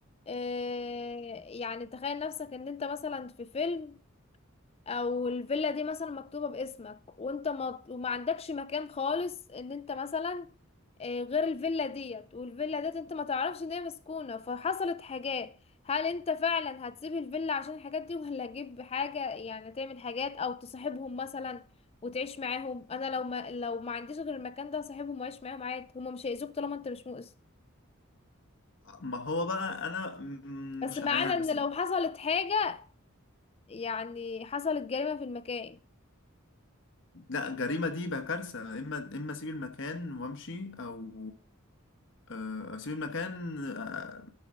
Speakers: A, on the left (about 30°); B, on the left (about 60°).
A: آه، يعني تخيل نفسك ان انت مثلا في فيلم او الفيلا دي مثلا مكتوبة باسمك وانت ما وما عندكش مكان خالص ان انت مثلا آه، غير الفيلا ديت والفيلا ديت انت ما تعرفش ان هي مسكونة فحصلت حاجات هل انت فعلا هتسيب الفيلا عشان الحاجات دي ولا تجيب حاجة يعني تعمل حاجات او تصاحبهم مثلا وتعيش معاهم انا لو ما لو ما عنديش غير المكان ده هصاحبهم واعيش معاهم عادي هما مش هيأذوك طالما انت مش مؤذي
B: ما هو بقى انا
A: بس
B: مش
A: ما
B: عارف
A: عدا
B: بس
A: ان لو حصلت حاجة يعني حصلت جريمة في المكان
B: لا جريمة دي بقى كارثة إما إما أسيب المكان وأمشي أو آه، أسيب المكان آه،